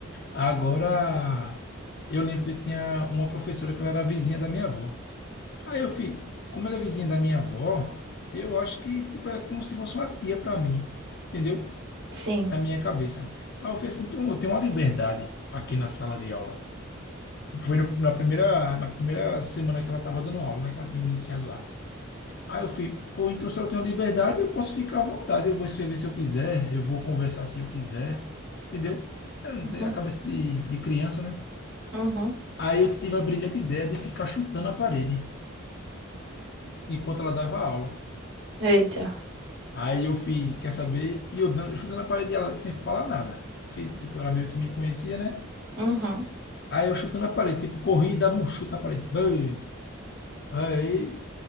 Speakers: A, on the left; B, on the right.
A: Agora, eu lembro que tinha uma professora que ela era vizinha da minha avó. Aí eu fui, como ela é vizinha da minha avó, eu acho que tipo, era como se fosse uma tia para mim, entendeu?
B: Sim.
A: Na minha cabeça. Aí eu falei assim, então eu tenho uma liberdade aqui na sala de aula. Tipo, foi no- na primeira, na primeira semana que ela estava dando aula, né? Que ela tinha iniciado lá. Aí eu fui, pô, então se eu tenho liberdade, eu posso ficar à vontade, eu vou escrever se eu quiser, eu vou conversar se eu quiser, entendeu? Eu não
B: Uhum.
A: sei, a cabeça de, de criança, né?
B: Uhum.
A: Aí eu tive a brilhante ideia de ficar chutando a parede enquanto ela dava aula.
B: Eita.
A: Aí eu fui, quer saber? E eu dando, chutando a parede dela sem falar nada. Porque, tipo, ela meio que me conhecia, né?
B: Uhum.
A: Aí eu chutando a parede, tipo, corri e dava um chute na parede. Bam! Aí